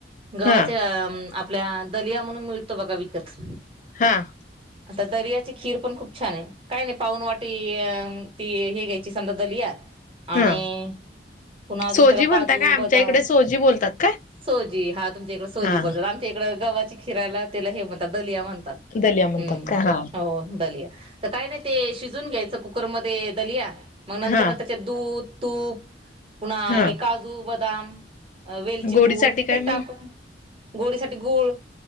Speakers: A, on the right; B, on the left.
A: गव्हा
B: हा
A: <unintelligible> हम्म आपल्या दलिया म्हणून मिळतो बघा विकत
B: हम
A: आता तरी याची खीर पण खूप छान आहे काय नाही पाहून वाटी <unintelligible> ती हे घ्यायची समद दलिया आणि
B: हा
A: पुन्हा अजून
B: सोजी
A: त्याला
B: म्हणता
A: काजू
B: काय आमच्या
A: बदाम
B: इकडे सोजी बोलतात काय
A: सोजी हा तुमच्या इकडे सोजी
B: हा
A: बोलतात आमच्या इकडे गव्हाची खिराला तिला हे म्हणतात दलिया म्हणतात
B: दलिया म्हणतात
A: हम्म
B: का हा
A: हो दलिया तर काय नाही ते शिजून घ्यायचं कुकरमध्ये दलिया मग नंतरन
B: हा
A: दूध तूप पुन्हा
B: हा
A: हे काजू बदाम अ वेलची
B: गोडीसाठी
A: पूड
B: काय
A: हे
B: मग
A: टाकून गोडीसाठी गूळ